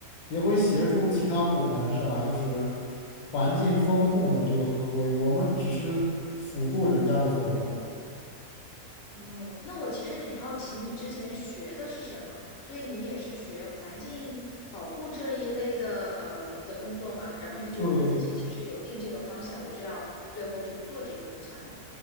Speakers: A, on the left; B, on the left.
A: 也会协助其他部门是吧？就是环境风控的这个合规，我们只是辅助人家的作用。
B: 哦，那我其实挺好奇你之前学的是什么，所以你也是学环境保护这一类的，嗯、的工作吗？然后你就自己其实有定这个方向，
A: 对，
B: 我就要最后就做这个方向吗？